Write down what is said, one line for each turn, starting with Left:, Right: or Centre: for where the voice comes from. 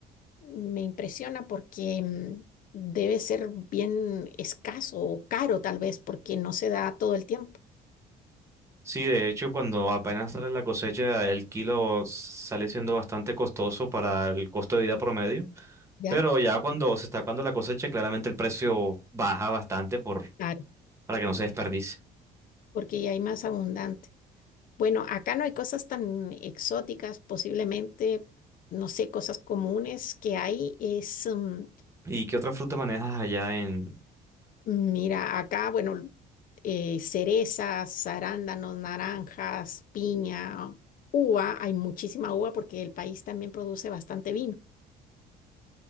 Left: me impresiona porque mm, debe ser bien escaso o caro tal vez porque no se da todo el tiempo,
Right: sí, de hecho cuando apenas sale la cosecha el kilo sale siendo bastante costoso para el costo de vida promedio,
Left: ¿ya?
Right: pero ya cuando se está acabando la cosecha claramente el precio baja bastante por,
Left: Claro,
Right: para que no se desperdicie.
Left: porque ya hay más abundante. Bueno, acá no hay cosas tan exóticas, posiblemente, no sé, cosas comunes que hay es... mm,
Right: ¿Y qué otra fruta manejas allá en...
Left: Mira, acá, bueno, eh, cerezas, arándanos, naranjas, piña, uva, hay muchísima uva porque el país también produce bastante vino.